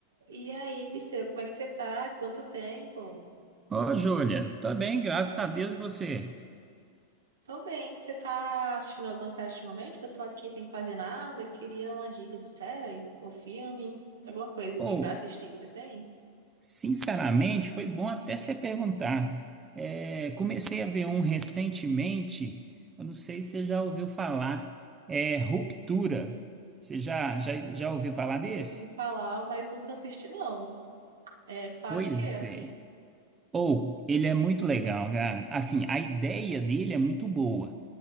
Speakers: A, on the right; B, on the right.
A: E aí, Disseu, como é que você tá? Quanto tempo?
B: Ô, Júlia, tá bem, graças a Deus e você?
A: Tô bem, você tá assistindo alguma série ultimamente? eu tô aqui sem fazer nada e queria uma dica de série ou filme, alguma coisa assim
B: Ou,
A: pra assistir. Você tem?
B: sinceramente, foi bom até você perguntar. É, comecei a ver um recentemente, eu não sei se você já ouviu falar, é Ruptura. Você já, já, já ouviu falar
A: Nossa,
B: desse?
A: eu ouvi falar, mas nunca assisti, não. É, fala
B: Pois
A: de quê, assim?
B: é. Ou, ele é muito legal, cara. Assim, a ideia dele é muito boa.